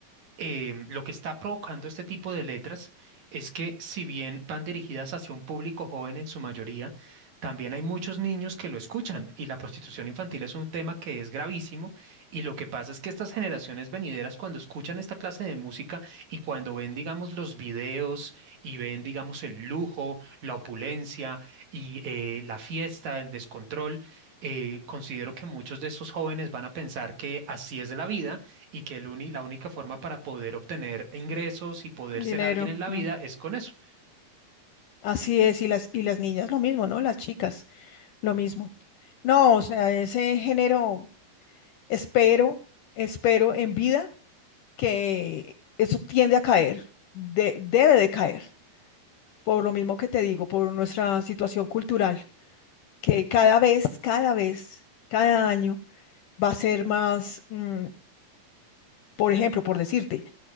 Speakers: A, on the right (about 50°); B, on the left (about 70°).
A: em, lo que está provocando este tipo de letras es que si bien van dirigidas hacia un público joven en su mayoría, también hay muchos niños que lo escuchan y la prostitución infantil es un tema que es gravísimo y lo que pasa es que estas generaciones venideras cuando escuchan esta clase de música y cuando ven, digamos, los videos y ven, digamos, el lujo, la opulencia y eh, la fiesta, el descontrol, eh, considero que muchos de esos jóvenes van a pensar que así es la vida y que el uni- la única forma para poder obtener ingresos y poder ser
B: Dinero.
A: alguien en la
B: mm.
A: vida es con eso.
B: Así es, y las, y las niñas lo mismo, ¿no? Las chicas, lo mismo. No, o sea, ese género, espero, espero en vida que eso tiende a caer, de- debe de caer, por lo mismo que te digo, por nuestra situación cultural. que cada vez, cada vez, cada año va a ser más, mm, por ejemplo, por decirte,